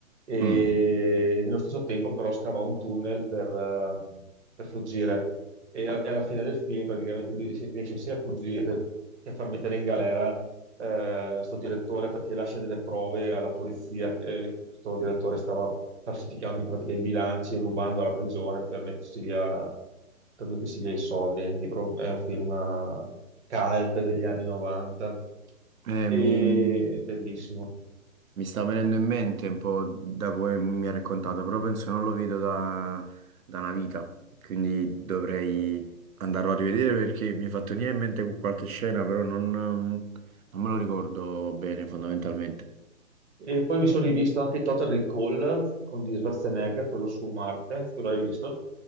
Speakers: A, on the right; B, on the right.
A: E
B: Mm.
A: nello stesso tempo però scava un tunnel per, eh, per fuggire e, a- e alla fine del film praticamente lui riesce, riesce sia a fuggire che a far mettere in galera eh, sto direttore perché lascia delle prove alla polizia eh, che questo direttore stava falsificando in pratica i bilanci, rubando alla prigione per mettersi via, per mettersi via i soldi. Il libro è un film eh, cult degli anni 90
B: Eh,
A: e
B: mi, mi
A: bellissimo.
B: sta venendo in mente un po' da come mi ha raccontato, però penso non lo vedo da, da una vita, quindi dovrei andarlo a rivedere perché mi è fatto venire in mente qualche scena, però non, non me lo ricordo bene fondamentalmente.
A: E poi mi sono rivisto anche Total Recall con di Schwarzenegger, quello su Marte, quello l'hai visto?